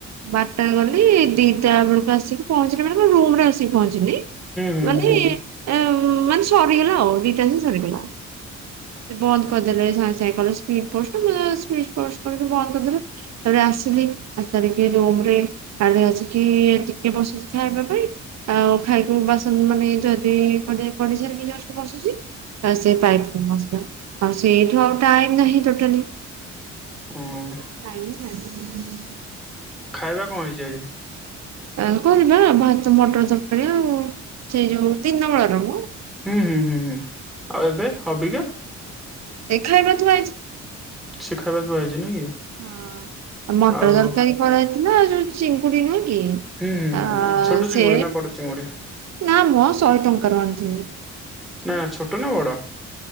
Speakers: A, on the right (about 60°); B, in the centre.
A: ବାଟ୍ <unintelligible> ଗଲି ଦିଟା ବେଳକୁ ଆସିକି ପହଞ୍ଚିଲି ମାନେ <unintelligible> ରୁମ୍ ରେ ଆସି ପହଞ୍ଚିଲି। ମାନେ
B: ହୁଁ ହୁଁ ହୁଁ ହୁଁ ହୁଁ।
A: ଏଁ ହଁ ମାନେ ସରିଗଲା ଆଉ ଦିଟା ଭିତରେ ସରିଗଲା। ସେ ବନ୍ଦ୍ କରିଦେଲେ ସାଙ୍ଗେ ସାଙ୍ଗେ କହିଲେ ସ୍ପିଡ୍ ପୋଷ୍ଟ <unintelligible> ସ୍ପିଡ୍ ପୋଷ୍ଟ କରିକି ବନ୍ଦ କରିଦେଲେ। ତାପରେ ଆସିଲି ଆସିସାରିକି ରୁମରେ <unintelligible> ଆସିକି ଟିକେ ବସିଚି ଖାଇବା ପାଇଁ ଆଉ ଖାଇକି ମୁଁ ବାସନ୍ ମାନେ ଯଦି ପଢ଼େ ପଢ଼ିସାରିକି ଜଷ୍ଟ ବସିଚି <unintelligible> ପାଇପ୍ <unintelligible> ଆଉ ସେଉଠୁ ଆଉ ଟାଇମ୍ ନାହିଁ ଟୋଟାଲି
B: ହଁ
A: <unintelligible> <unintelligible>
B: ଖାଇବା କ ହେଇଛି ଆଜି।
A: ଆଙ୍କ ହେବା ଭାତ ମଟର ତରକାରୀ ଆଉ ସେଇ ଯୋଉ ଦିନ ବେଳା ର ମ।
B: ହୁଁ ହୁଁ ହୁଁ ହୁଁ। ଆଉ ଏବେ ଅବିକା
A: ଏ ଖାଇବା ବା ଥୁଆହେଇଛି।
B: ସେ ଖାଇବା କୁ ଆଇଛି ନାହିଁ କି?
A: ହଁ ମଟର
B: ଆଉ
A: ତରକାରୀ କରାଜାଇଥିଲା ଆଉ ଯୋଉ ଚିଙ୍ଗୁଡ଼ି ନାଁ କେ
B: ହୁଁ ହୁଁ ହୁଁ।
A: ଆ
B: ଛୋଟ ଚିଙ୍ଗୁଡି
A: ସେ
B: ନା ବଡ ଚିଙ୍ଗୁଡି
A: ନା ମୋସ ସହେ ଟଙ୍କାର ଆଣିଥିଲି।
B: ନା ଛୋଟ ନା ବଡ଼?